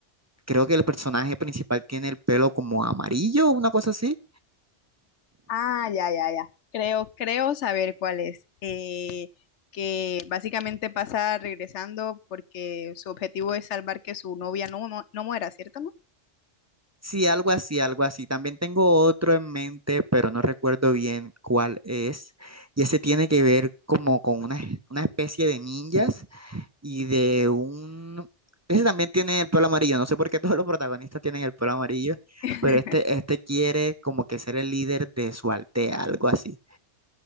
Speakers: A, on the right (about 25°); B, on the left (about 80°).
A: Creo que el personaje principal tiene el pelo como amarillo, una cosa así.
B: Ah, ya, ya, ya. Creo, creo saber cuál es. Eh, que básicamente pasa regresando porque su objetivo es salvar que su novia no, no, no muera, ¿cierto, no?
A: Sí, algo así, algo así. También tengo otro en mente, pero no recuerdo bien cuál es. Y ese tiene que ver como con una, una especie de ninjas y de un... Ese también tiene el pelo amarillo, no sé por qué todos los protagonistas tienen el pelo amarillo,
B: <laughs>
A: pero este, este quiere como que ser el líder de su aldea, algo así.